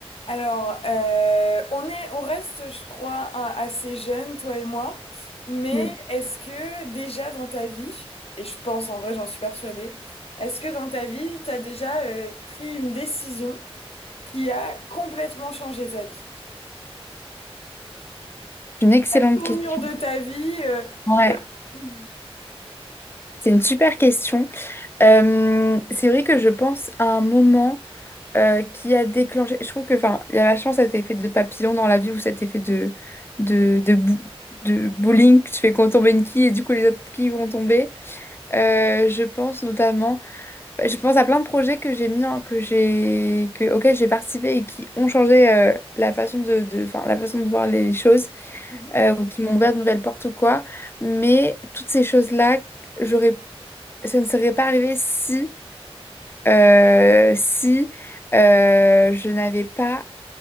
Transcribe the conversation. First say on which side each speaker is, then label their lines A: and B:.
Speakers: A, on the left; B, on the left.
A: Alors, euh, on est, on reste, je crois, un- assez jeunes, toi et moi. Mais
B: Mm.
A: est-ce que déjà dans ta vie, et je pense en vrai, j'en suis persuadée, est-ce que dans ta vie, t'as déjà euh, pris une décision qui a complètement changé ta vie?
B: C'est Une excellente
A: La tournure
B: question.
A: de ta vie, euh,
B: Ouais,
A: <clears throat>
B: c'est une super question. Euh, c'est vrai que je pense à un moment euh, qui a déclenché. Je trouve que, enfin, il y a vachement cet effet de papillon dans la vie ou cet effet de de de, bou- de bowling. Tu fais qu'on tombe une quille et du coup les autres quilles vont tomber. Euh, je pense notamment, bah, je pense à plein de projets que j'ai mis, en- que j'ai, que, auxquels j'ai participé et qui ont changé euh, la façon de, de, enfin, la façon de voir les choses,
A: Mhm.
B: euh, ou qui m'ont ouvert de nouvelles portes ou quoi. Mais toutes ces choses-là, j'aurais, ça ne serait pas arrivé si, euh, si euh, je n'avais pas